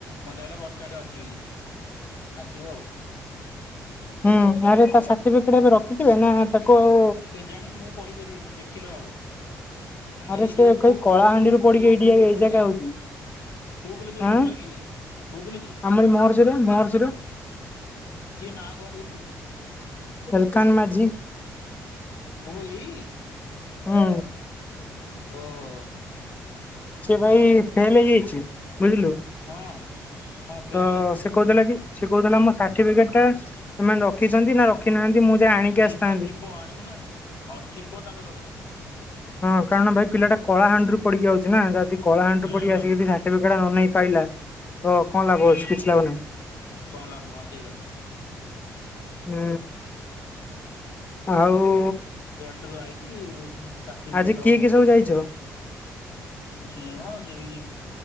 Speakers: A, on the left (about 85°); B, on the left (about 25°).
A: ମତେ କହିଲା ବ ଷ୍ଟଟେ ଅଛି ବୋଲି ଆସିବ ଆଉ।
B: ହୁଁ। <unintelligible> ଶଖିବେ ନା ଆଉ
A: କେଜାଣି ମୁଁ କହିପାରିବିନି ଦେଖିଲେ ହବ।
B: ଆରେ
A: ଯାଇକି
B: ସେ
A: ଯୋଉଠି
B: କହି
A: କୋଉ
B: କଳାହାଣ୍ଡିରୁ
A: କୋଉ ସ୍କୁରେ ପଢୁଥିଲା
B: ପଡିକି ଏଇଠି
A: କି କୋଉ
B: ଏଇ
A: କଲେଜରେ
B: ଜାଗା ହଉଛି
A: କୋଉ କଲେଜରେ ପଢୁଥିଲା
B: ଆଁ
A: କି କୋଉ କଲେରେ
B: ଆମରି ମହର୍ଷିରେ ମହର୍ଷିର
A: କିଏ ନାଁ କଣ କହିଲୁ?
B: ହେଲକାନ ମାଝି
A: <inaudible> ଓହୋ ଏଇ
B: ହୁଁ।
A: ଓହୋ।
B: ସେ ଭାଇ ଫେଲ ହେଇ ଯାଇଛି। ବୁଝିଲୁ
A: ହଁ ହଁ ଫେଲ
B: ତ
A: ହେଇଗଲା
B: ସେ କହୁଥିଲା କି ସେ କହୁଥିଲା ମୋ ସାର୍ଟିଫିକେଟ ଟା ଏମାନେ ରଖିଛନ୍ତି ନା ରଖିନାହାନ୍ତି। ମୁଁ ଯାଇ ଆଣିକି
A: ଥିବ
B: ଆସିଥାନ୍ତି।
A: ଥିବ ଆଣିବୁ ନା ଆଉ ଥିବ ତାଙ୍କ ପାଖରେ
B: ହଁ କାରଣ ଭାଇ ପିଲାଟା କଳାହାଣ୍ଡିରୁ ପଢିକି ଆଉଛି ନା। ଯାହା କଳାହାଣ୍ଡିରୁ
A: ହୁଁ
B: ପଢି
A: ହୁଁ।
B: ଆସିକିି ଏଠି ସାଟିଫିକେଟ ନ ନେଇ ପାଇଲା। ତ କଣ ଲାଭ
A: ହୁଁ
B: ଅଛି କିଛି ଲାଭ ନାହିଁ।
A: କଣ ଲାଭ ହ ସେଇ କଥା।
B: ହୁଁ। ଆଉ
A: ରୁ ଆଇଛି ସାର୍ଟିଫିକେଟ୍
B: ଆଜି
A: ନେବନି
B: କିଏ କିଏ
A: ପ୍ଲସ୍
B: ସବୁ ଯାଇଛ?
A: ଟୁ ର କିଛି ନାହିଁ ମ ସେଇ